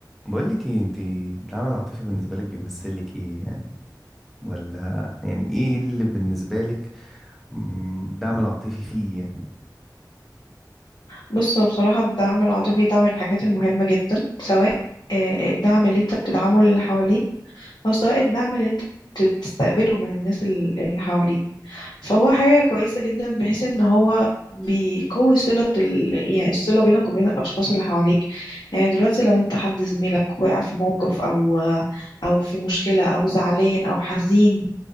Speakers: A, in the centre; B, on the left.
A: بقول لك ايه انت الدعم العاطفي بالنسبه لك بيمثل لك ايه يعني ولا يعني ايه اللي بالنسبه لك مم، الدعم العاطفي فيه يعني
B: بص هو بصراحة الدعم العاطفي ده من الحاجات المهمة جدا سواء آه، الدعم اللي انت بتدعمه اللي حواليك أو سواء الدعم اللي انت بت- بتستقبله من الناس ال- اللي حواليك فهو حاجة كويسة جدا بحيث ان هو بيقوي صلة ال... يعني الصلة بينك وبين الأشخاص اللي حواليك يعني دلوقتي لو انت حد زميلك وقع في موقف أو أو في مشكلة أو زعلان أو حزين